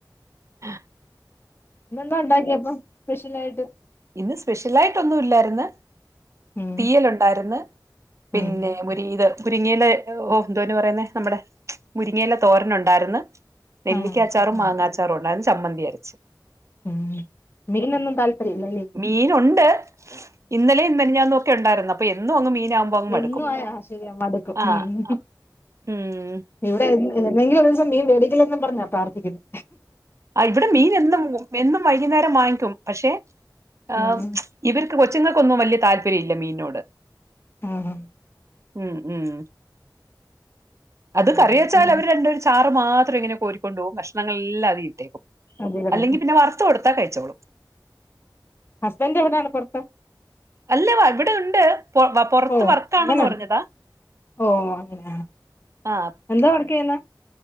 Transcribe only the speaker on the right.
ആഹ്
ഇന്ന് സ്പെഷ്യൽ ആയിട്ടൊന്നും ല്ലായിര്ന്ന്
തീയ്യല് ണ്ടായിര്ന്ന് പിന്നെ
മുരി ഇല മുരിങ്ങയിലെ ഓ എന്തോ അയ്ന് പറയുന്നേ നമ്മുടെ മുരിങ്ങയില തോരനു ഉണ്ടായിര്ന്ന് നെല്ലിക്കാച്ചാറും
മാങ്ങാച്ചാറും
ഉണ്ടായിരുന്നു ചമ്മന്തി അരച്ച്
മീനുണ്ട് ഇന്നലെ മിനിഞ്ഞാന്ന് ഒക്കെ ഉണ്ടായിരുന്നു അപ്പൊ എന്നും അങ്ങ് മീനാവു മ്പം ങ്ങ് മടുക്കും
ആഹ്
ഉം
ആ ഇവിടെ മീൻ എന്നും എന്നും വൈകുന്നേരം വാങ്ങിക്കും പക്ഷെ ആ
ഇവര്ക്ക് കൊച്ചുങ്ങൾക്കൊന്നും വല്യയ താല്പര്യം ഇല്ല മീൻനോട്
ഉം ഉം അത്
കറി വെച്ചാൽ അവര് രണ്ടുപേരും ചാറ് മാത്രം ഇങ്ങനെ കോരിക്കോണ്ടോവും കഷ്ണങ്ങളെല്ലാം അതീ ഇട്ടേക്കും
അല്ലെങ്കിൽ പിന്നെ വറുത്ത് കൊടുത്താ കഴിച്ചോളും
അല്ല വ ഇവിടെ ഉണ്ട് പൊ വ പുറത്ത്
വർക്കാണെന്ന്
പറഞ്ഞതാ
ആഹ്